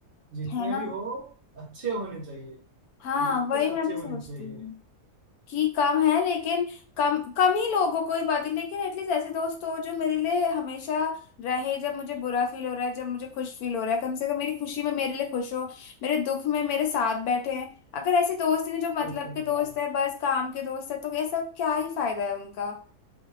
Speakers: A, on the right; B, on the left.
A: जितने
B: है ना
A: भी हो अच्छे होने चाहिए
B: हाँ
A: दिल
B: वही
A: के सच्चे
B: मैं भी
A: होने
B: सोचती
A: चाहिए
B: हूँ कि कम है लेकिन कम कम ही लोग हो कोई बात नहीं लेकिन एटलीस्ट ऐसे दोस्त हो जो मेरे लिए हमेशा रहे जब मुझे बुरा फील हो रहा है जब मुझे खुश फील हो रहा है कम से कम मेरी खुशी में मेरे लिए खुश हो मेरे दुख में मेरे साथ बैठे हैं अगर ऐसे दोस्त ही नहीं जो मतलब
A: बिल्कुल
B: के
A: बिल्कुल
B: दोस्त है बस काम के दोस्त है तो ऐसा क्या ही फायदा है उनका